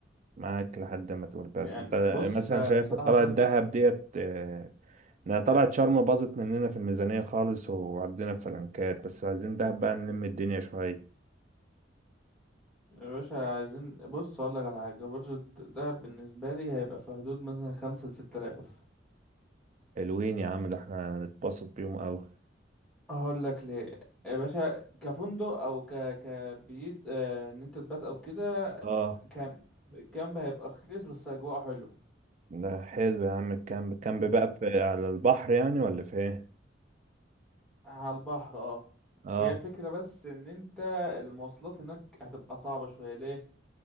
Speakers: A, on the right (about 40°); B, in the centre.
A: معاك لحد ما تقول بس
B: يعني
A: انت
B: بص
A: مثلا
B: بصراحة
A: شايف طلعة
B: عشان
A: الدهب ديت اه، انها طلعت شرم باظت مننا في الميزانية خالص وعدينا في فلنكات بس عايزين دهب بقى نلم الدنيا شوية
B: يا باشا عايزين بص اقول لك على حاجة بادجت دهب بالنسبة لي هيبقى في حدود مثلا خمسة لستة آلاف
A: حلوين يا عم ده احنا هنتبسط بيهم اوي
B: هقول لك ليه يا باشا كفندق او ك كبيت آه، ان انت تبات او كده
A: اه
B: كامب الكامب هيبقى رخيص بس اجواء حلو
A: ده حلو يا عم الكامب الكامب بقى في على البحر يعني ولا في ايه
B: على البحر اه
A: اه
B: هي الفكرة بس ان انت المواصلات هناك هتبقى صعبة شوية ليه؟